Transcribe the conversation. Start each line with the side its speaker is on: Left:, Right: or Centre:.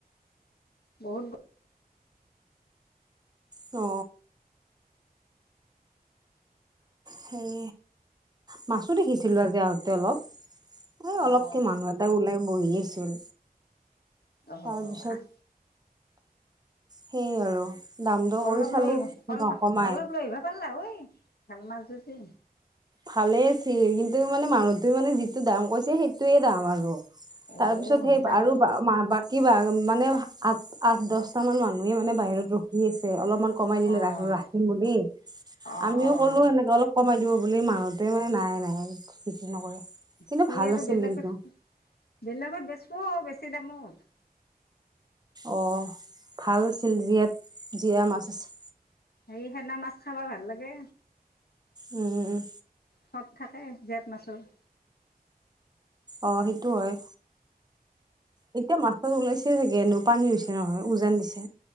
Left: বহুত
Right: অ, সেই মাছো দেখিছিলো আজি আহোঁতে অলপ এই অলপকে
Left: অঁ
Right: মানুহ এ এটা ওলাই বহি আছিল।
Left: অহ
Right: তাৰ পিছত
Left: আহ,
Right: সেয়ে আৰু দাম দৰ
Left: অলপ
Right: কৰি চালো
Left: লৈ আহ অল
Right: নকমাই
Left: অলপ লৈ আহিব পাৰলা হয় ভাল মাছ যদি।
Right: ভালেই আছিল কিন্তু মানে মানুহটো মানে যিটো দাম কৈছে সেইটোয়ে দাম আৰু তাৰ
Left: অঁ
Right: পিছত সেই
Left: দাম
Right: আৰু বা <unintelligible> কিবা মানে আঠ আঠ দছটা মান মানুহে মানে বাহিৰত ৰখ আছে অলপমান কমাই দিলো
Left: অঁ
Right: ৰাখিম বুলি,
Left: অঁ
Right: আমিও
Left: অঁ
Right: কলো এনেকে, অলপ কমাই দিব বুলি মানুহটোৱে মানে নাই নাই বিকি নকৰে। কিন্তু
Left: সি
Right: ভাল
Left: আৰু
Right: আছিল
Left: বেলেগত
Right: কিন্তু
Left: বেলেগত বেচিব বেছি দামত।
Right: অহ ভাল আছিল জীয়া জীয়া মাছ আচিল।
Left: এই সেনা মাছ খাবা ভাল লাগে।
Right: উম
Left: সত থাকে জেঠ মাছৰ,
Right: অ সেইটো হয় এতিয়া মা, ত ওলাইছে চাগে এনেও পানী হৈছে নহয় উজান দিছে।